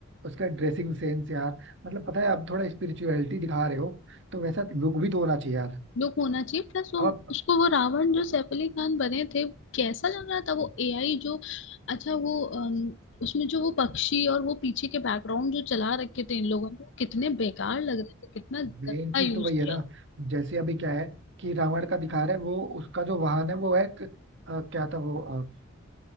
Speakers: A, on the right; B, on the left.
A: उसका ड्रेसिंग सेंस यार मतलब पता है अब थोड़ा स्पिरिचुअलिटी दिखा रहे हो तो वैसा लुक भी तो होना चाहिए यार
B: लुक होना चाहिए प्लस वो
A: अब
B: उसको वो रावण जो सैफ अली खान बने थे कैसा लग रहा था वो एआई जो अच्छा वो अम, उसमें जो वो पक्षी और वो पीछे के बैकग्राउंड जो चला रखे थे इन लोगों ने वो कितने बेकार लग रहे थे कितना गंदा
A: मेन चीज
B: यूज
A: तो वही
B: किया
A: है ना जैसे अभी क्या है कि रावण का दिखा रहा है वो उसका जो वाहन है वो है एक, अ, क्या था वो अ,